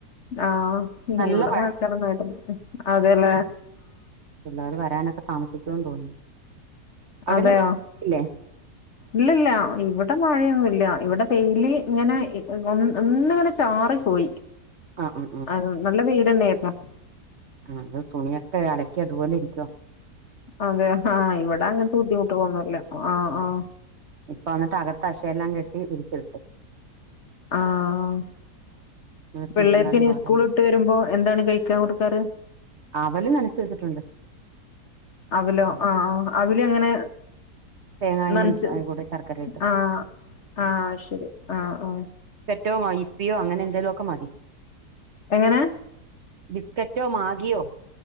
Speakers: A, on the left; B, on the right.
A: ആഹ
B: നല്ല
A: ഇവിടെ
B: മഴ
A: മഴക്കാലൊന്നും ആയിട്ടില്ല അതെയല്ലേ.
B: പിള്ളേർ വരാനൊക്കെ താമസിക്കേന്ന് തോന്നുന്നു അവിടെന്നും
A: അതെയോ
B: ഇല്ലേ
A: ഇല്ലല്ല ഇവിടെ. ഇവിടെ മഴയൊന്നുമില്ല. ഇവിടെ പെയില് ഇങ്ങനെ ഒന്നിങ്ങനെ ചാറി പോയി.
B: ആഹ് ഉം
A: ആ നല്ല വീടെന്ന. ആ
B: ആ അത് തുണിയൊക്കെ അലക്കി അതുപോലെ ഇരിക്കുവോ.
A: അതെ ആഹ് ഇവിടെ അങ്ങനത്തെ ബുദ്ധിമുട്ട് തോന്നൂല ആ ആഹ.
B: ഇപ്പൊ വന്നിട്ട് അകത്ത് അക്ഷയെല്ലാം കെട്ടി വിരിച്ചിട്ടു
A: ആഹ്‌
B: വെച്ചോണ്ടിരുന്നാലും
A: പിള്ളേർക്കിനി
B: പാടല്ലേ
A: സ്കൂള് വിട്ട് വരുമ്പോ എന്താണ് കഴിക്കാൻ കൊടുക്കാറ്
B: അവല് നനച്ച് വെച്ചിട്ടുണ്ട്
A: അവലോ ആ ആ അവലെങ്ങനെ
B: തേങ്ങായും
A: നനച്ച്
B: പഞ്ചസാരയും കൂടെ ശർക്കര ഇട്ട്
A: ആ
B: നനച്ച്
A: ആ ശരി ആ ആ
B: റ്റോ <unintelligible> അങ്ങനെ എന്തേലുമൊക്കെ മതി
A: എങ്ങനേ
B: ബിസ്‌ക്കറ്റോ മാഗിയോ